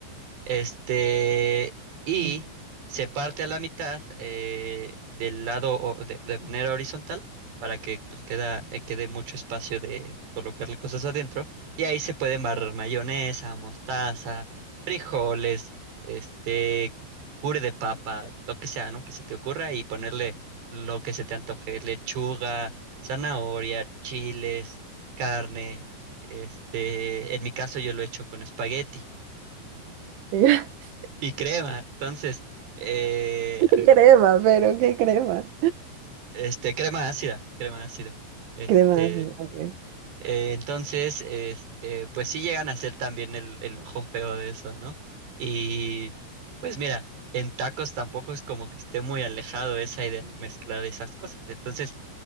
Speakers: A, on the right; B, on the right.
A: Este, y
B: y
A: se parte a la mitad eh, del lado o- de, de manera horizontal para que pues, queda, eh, quede mucho espacio de colocarle cosas adentro. Y ahí se pueden barrer mayonesa, mostaza, frijoles, este, puré de papa, lo que sea, ¿no? Que se te ocurra y ponerle lo que se te antoje, lechuga, zanahoria, chiles, carne. Este, en mi caso yo lo he hecho con espagueti.
B: yo, <laughs>
A: Y crema, entonces, eh,
B: ¿qué crema, pero qué crema.
A: este, crema ácida, crema ácida. Este,
B: Crema, así, ok.
A: eh, entonces, este, pues sí llegan a ser también el, el ojo feo de eso, ¿no? Y pues mira, en tacos tampoco es como que esté muy alejado esa idea de mezclar esas cosas. Entonces,